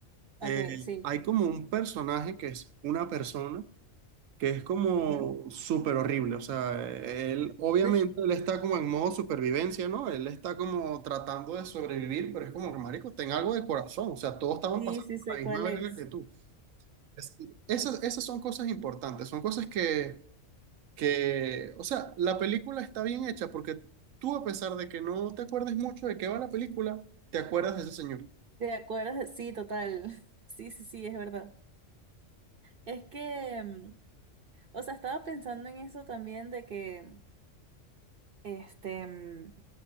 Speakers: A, on the right; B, on the right.
A: Eh,
B: okay, sí,
A: hay
B: sí. Ujú.
A: como un personaje que es una persona que es como
B: <laughs>
A: súper horrible. O sea, él obviamente
B: Sí,
A: él está como en modo supervivencia, ¿no? Él está como tratando de sobrevivir, pero es como que, marico, ten algo de corazón. O sea, todos estamos
B: sí,
A: pasando
B: sí
A: por
B: sé
A: la
B: cuál
A: misma verga
B: es.
A: que tú. Es- Esas, esas son cosas importantes, son cosas que, que, o sea, la película está bien hecha porque tú, a pesar de que no te acuerdes mucho de qué va la película, te acuerdas de ese señor,
B: ¿Te acuerdas? de- Sí, total. <laughs> Sí, sí, sí, es verdad. Es que, mm, o sea, estaba pensando en eso también de que, este, mm,